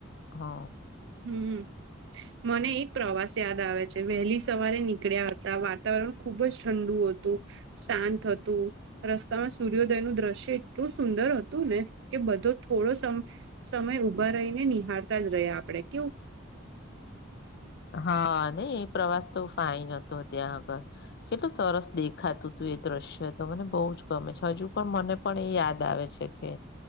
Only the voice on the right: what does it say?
હમ્મ મને એક પ્રવાસ યાદ આવે છે વહેલી સવારે નીકળ્યા વાતાવરણ ખુબ જ ઠંડુ હતું શાંત હતું. રસ્તામાં સૂર્યોદયનું દ્રશ્ય એટલું સુંદર હતું ને કે બધો થોડો સમ સમય ઉભા રહીને નિહાળતા જ રહ્યા આપણે કેવું